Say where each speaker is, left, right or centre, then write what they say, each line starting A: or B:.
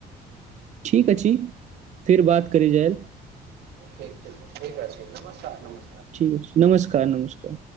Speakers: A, on the right; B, on the right.
A: ठीक अछि। फिर बात करी जाय।
B: ठीक ठीक ठीक छै नमस्कार नमस्कार।
A: ठीक नमस्कार नमस्कार।